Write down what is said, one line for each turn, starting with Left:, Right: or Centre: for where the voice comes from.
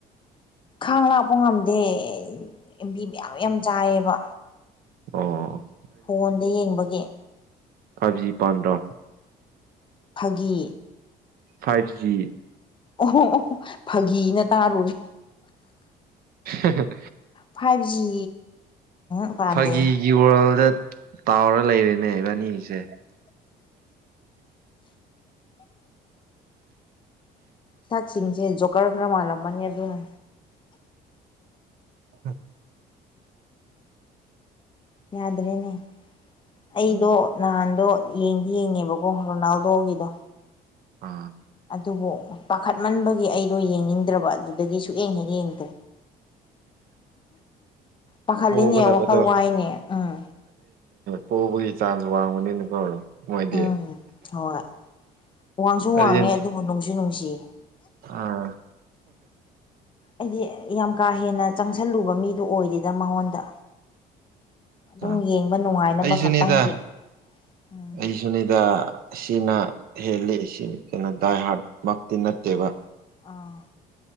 Left: ꯈꯥꯡ ꯂꯥꯛꯄ ꯉꯝꯗꯦ ꯌꯦꯝꯕꯤ ꯃꯌꯥꯝ ꯌꯥꯝ ꯆꯥꯏꯌꯦꯕ
Right: ꯑ
Left: ꯐꯣꯟꯗ ꯌꯦꯡꯕꯒꯤ
Right: ꯐꯥꯞꯖꯤ ꯄꯥꯟꯗ꯭ꯔꯣ
Left: ꯐꯥꯒꯤ
Right: ꯐꯥꯏꯚ ꯖꯤ
Left: ꯑꯣꯍꯣ ꯑꯣꯍꯣ ꯐꯥꯒꯤꯅ ꯇꯥꯔꯨꯔꯔꯤ
Right: <inaudible>
Left: ꯐꯥꯏꯚꯖꯤ ꯎ ꯄꯥꯟꯗꯦ
Right: ꯐꯥꯒꯤꯒꯤ ꯋꯥꯔꯜꯗ ꯇꯥꯎꯔ ꯂꯩꯔꯦꯅꯦ ꯏꯕꯥꯅꯤꯁꯦ <inaudible>
Left: ꯁꯛꯁꯤꯡꯁꯦ ꯖꯣꯀꯔ ꯈꯔ ꯃꯥꯜꯂꯝꯃꯅꯤ ꯑꯗꯨꯅ
Right: ꯎꯝ
Left: ꯌꯥꯗ꯭ꯔꯦꯅꯦ ꯑꯩꯗꯣ
Right: ꯎꯝ
Left: ꯅꯍꯥꯟꯗꯣ ꯌꯦꯡꯗꯤ ꯌꯦꯡꯉꯦꯕꯀꯣ ꯔꯣꯅꯥꯜꯗꯣꯒꯤꯗꯣ
Right: ꯑꯝ
Left: ꯑꯗꯨꯕꯨ ꯄꯥꯈꯠꯃꯟꯕꯒꯤ ꯑꯩꯗꯣ ꯌꯦꯡꯅꯤꯡꯗ꯭ꯔꯕ ꯑꯗꯨꯗꯒꯤ ꯁꯨꯛꯑꯡ ꯍꯦꯛ ꯌꯦꯡꯗ꯭ꯔꯦ ꯃꯈꯥꯈꯥꯂꯤꯅꯦ
Right: ꯄꯣꯒꯗꯕꯗꯣ
Left: ꯋꯥꯈꯜ ꯋꯥꯍꯏꯅꯦ ꯎꯝ
Right: ꯄꯕꯒꯤ ꯆꯥꯟꯁ ꯋꯥꯡꯕꯅꯤꯅ ꯀꯣ ꯃꯣꯏꯗꯤ
Left: ꯎꯝ ꯍꯣꯏ ꯋꯥꯡꯁꯨ ꯋꯥꯡꯉꯦ
Right: ꯑꯗꯨꯔ
Left: ꯑꯗꯨꯕꯨ ꯅꯨꯡꯁꯨ ꯅꯨꯡꯁꯤꯌꯦ
Right: ꯑꯥ
Left: ꯑꯩꯗꯤ ꯌꯥꯝ ꯀꯥ ꯍꯦꯟꯅ ꯆꯪꯁꯜꯂꯨꯕ ꯃꯤꯗꯨ ꯑꯣꯏꯔꯤꯦꯗ ꯃꯉꯣꯟꯗ ꯑꯗꯨꯝ
Right: ꯑ
Left: ꯌꯦꯡꯕ ꯅꯨꯡꯉꯥꯏꯅꯕ
Right: ꯑꯩ
Left: ꯈꯛꯇꯪꯒꯤ
Right: ꯁꯅꯤꯗ
Left: ꯎꯝ
Right: ꯑꯩ ꯁꯅꯤꯗ ꯁꯤꯅ ꯍꯦꯜꯂꯤ ꯁꯤ ꯅꯠꯇꯅ ꯗꯥꯏ ꯍꯥꯔꯠꯃꯛꯇꯤ ꯅꯠꯇꯦꯕ
Left: ꯎꯝ ꯑꯥ